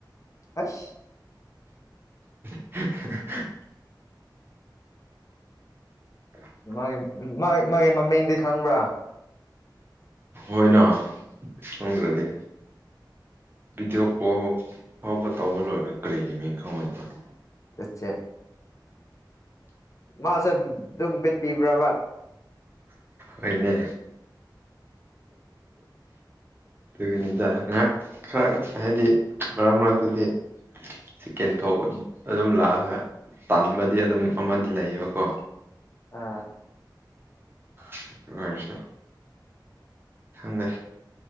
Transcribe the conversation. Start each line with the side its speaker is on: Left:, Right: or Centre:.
Left: ꯑꯁ
Right: <unintelligible> <unintelligible>
Left: ꯃꯥꯒꯤ ꯃꯥ ꯃꯥꯒꯤ ꯃꯃꯤꯡꯗꯤ ꯈꯪꯕ꯭ꯔꯥ
Right: ꯍꯣꯏꯅ ꯈꯪꯗꯔꯗꯤ ꯚꯤꯗꯤꯑꯣ ꯀꯣꯜ ꯑꯐꯥꯎꯕ ꯇꯧꯕ ꯂꯣꯏꯔꯒ ꯀꯔꯤꯒꯤ ꯃꯤꯡ ꯈꯪꯉꯣꯏꯗꯅꯥ
Left: ꯆꯠꯁꯦ ꯃꯥꯁꯦ ꯑꯗꯨꯝ ꯕꯤꯠꯄꯤꯕ꯭ꯔꯕ
Right: ꯍꯣꯏꯅꯦ ꯑꯗꯨꯒꯤꯅꯤꯗ ꯉꯥꯏꯍꯥꯛ ꯈꯔ ꯍꯥꯏꯗꯤ ꯃꯔꯛ ꯃꯔꯛꯇꯗꯤ ꯆꯤꯛꯀꯦꯟ ꯊꯧꯕ ꯑꯗꯨꯝ ꯂꯥꯛꯑꯒ ꯇꯥꯟꯕꯗꯤ ꯑꯗꯨꯝ ꯑꯃꯗꯤ ꯂꯩꯌꯦꯕꯀꯣ
Left: ꯑꯥ
Right: <unintelligible> ꯈꯪꯗꯦ